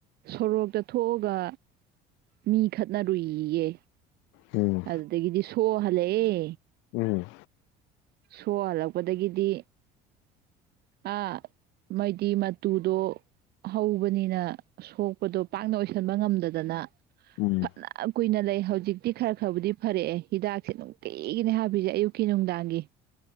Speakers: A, on the right; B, on the left.
A: ꯁꯣꯔꯣꯛꯇ ꯊꯣꯛꯑꯥꯒ ꯃꯤ ꯈꯠꯅꯔꯨꯏ ꯏꯌꯦ
B: ꯎꯝ
A: ꯑꯗꯨꯗꯒꯤꯗꯤ ꯁꯣꯑꯥ ꯍꯜꯂꯛꯑꯦ
B: ꯎꯝ
A: ꯁꯣꯛ ꯍꯜꯂꯛꯄ ꯗꯒꯤꯗꯤ ꯑꯥ ꯃꯣꯏꯗꯤ ꯃꯇꯨꯗꯣ ꯍꯧꯕꯅꯤꯅ ꯁꯣꯛꯄꯗꯣ ꯄꯥꯛꯅ ꯑꯣꯏꯁꯟꯕ ꯉꯝꯗꯗꯅ
B: ꯎꯝ
A: ꯐꯅ ꯀꯨꯏꯅ ꯂꯩ ꯍꯧꯖꯤꯛꯇꯤ ꯈꯔ ꯈꯔꯕꯨꯗꯤ ꯐꯔꯛꯑꯦ ꯍꯤꯗꯥꯛꯁꯦ ꯅꯨꯡꯇꯤꯒꯤꯅꯦ ꯍꯥꯞꯄꯤꯁꯦ ꯑꯌꯨꯛꯀꯤ ꯅꯨꯡꯗꯥꯡꯒꯤ